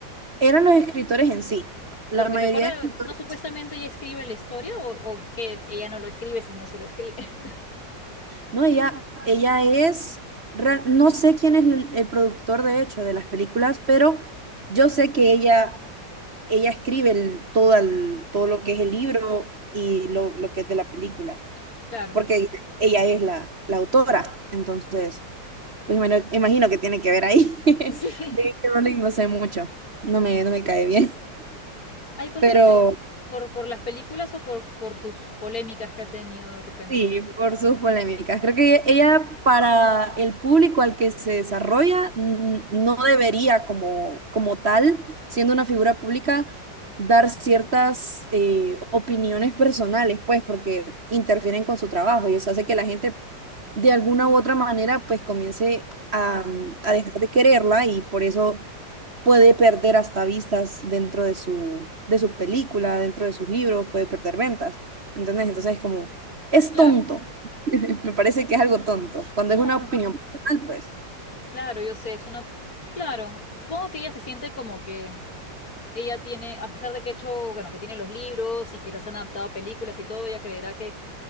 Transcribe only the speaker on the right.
Eran los escritores en sí, la
mayoría
de escritores.
No, ella, ella es, real- no sé quién es el, el productor de hecho de las películas, pero yo sé que ella ella escribe el- todo, el- todo lo que es el libro y lo, lo que es de la película,
porque ella es la, la autora. Entonces, pues bueno imagino que tiene que ver ahí. <laughs>
David J.K. Rowling no sé mucho, no me, no me cae bien,
pero
Sí, por sus polémicas. Creo que ella, para el público al que se desarrolla mm, no debería como, como tal, siendo una figura pública, dar ciertas eh, opiniones personales, pues, porque interfieren con su trabajo y eso hace que la gente de alguna u otra manera pues comience a,
a dejar de quererla y por eso puede perder hasta vistas dentro de su, de su película, dentro de sus libros, puede perder ventas. ¿Entendés? Entonces es como, es
tonto. <laughs> Me parece que es algo tonto. Cuando
es una
opinión personal, pues